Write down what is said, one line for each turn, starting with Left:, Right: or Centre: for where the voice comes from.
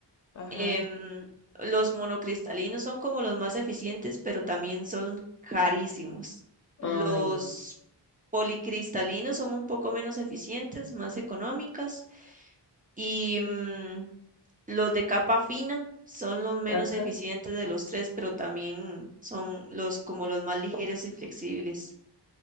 Left: ajá.
Right: Em, los monocristalinos son como los más eficientes, pero también son carísimos.
Left: Ay,
Right: Los
Left: no.
Right: policristalinos son un poco menos eficientes, más económicas y mm, los de capa fina son los menos
Left: Ajá.
Right: eficientes de los tres, pero también son los como los más ligeros y flexibles.